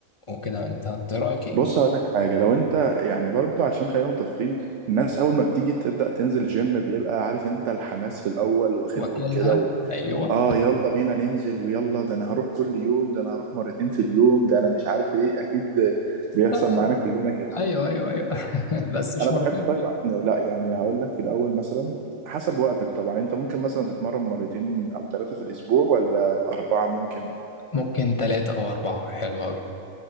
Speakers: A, on the left; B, on the right.
A: وكده انت إنت رايك ايه
B: بص هقول لك حاجة لو انت يعني برضو عشان خلينا متفقين الناس اول ما بتيجي تبدأ تنزل جيم بيبقى عارف انت الحماس في الاول واخدهم
A: واكلها
B: كده
A: ايوه
B: اه يلا بينا ننزل ويلا ده انا هروح كل يوم ده انا هروح مرتين في اليوم ده انا مش عارف ايه اكيد بيحصل
A: لا لا
B: معانا
A: لا
B: كلنا كده
A: ايوه ايوه ايوه <laughs> بس مش
B: انا بحب
A: مرتين في
B: طبعا
A: اليوم
B: لا يعني هقول لك في الاول مثلا حسب وقتك طبعا انت ممكن مثلا تتمرن مرتين او ثلاثة في الاسبوع ولا اربعة ممكن
A: ممكن ثلاثة او اربعة حلو قوي